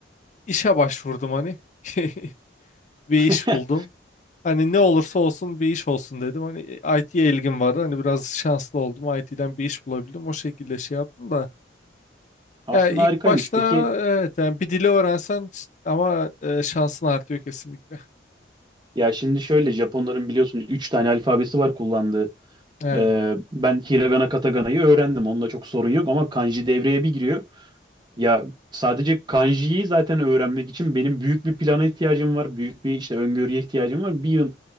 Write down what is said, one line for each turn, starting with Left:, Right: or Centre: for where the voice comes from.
Left: işe başvurdum hani <laughs> bir
Right: <laughs>
Left: iş buldum. Hani ne olursa olsun bir iş olsun dedim. Hani IT'ye ilgim vardı. Hani biraz şanslı oldum. IT'den bir iş bulabildim. O şekilde şey yaptım da.
Right: Aslında
Left: Ya ilk
Right: harikaymış.
Left: başta
Right: Peki
Left: evet yani bir dili öğrensen ama e, şansın artıyor kesinlikle.
Right: ya şimdi şöyle Japonların biliyorsunuz 3 tane alfabesi var kullandığı.
Left: Evet.
Right: Ee, ben Hiragana Katagana'yı öğrendim. Onunla çok sorun yok ama kanji devreye bir giriyor. Ya sadece kanjiyi zaten öğrenmek için benim büyük bir plana ihtiyacım var. Büyük bir işte öngörüye ihtiyacım var. Bir yıl